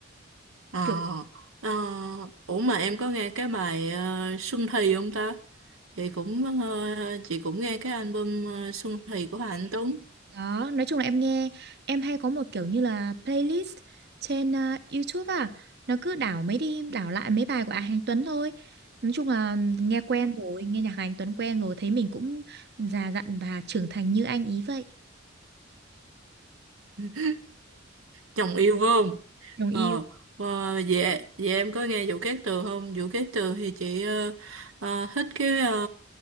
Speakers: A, on the right; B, on the right.
A: Ờ,
B: Kiểu
A: ờ, ủa mà em có nghe cái bài ờ, Xuân Thì không ta? Chị cũng ờ, chị cũng nghe cái album ờ, Xuân Thì của Hà Anh Tuấn.
B: Đó, nói chung là em nghe, em hay có một kiểu như là playlist trên à, YouTube à, nó cứ đảo mấy đi, đảo lại mấy bài của Hà Anh Tuấn thôi. Nói chung là nghe quen rồi, nghe nhạc Hà Anh Tuấn quen rồi, thấy mình cũng già dặn và trưởng thành như anh ý vậy.
A: Ờ. chồng yêu phải không
B: Đồng yêu
A: ờ và vậy vậy em có nghe Vũ Cát Tường không Vũ Cát Tường thì chị ờ, ờ, thích cái ờ,